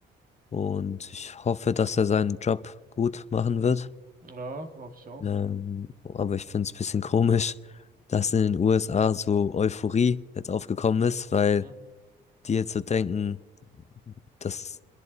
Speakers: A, on the left; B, on the right.
A: und ich hoffe, dass er seinen Job gut machen wird.
B: Ja, hoffe ich auch.
A: Ähm, aber ich finde es ein bisschen komisch, dass in den USA so Euphorie jetzt aufgekommen ist, weil
B: Mhm.
A: die jetzt so denken, dass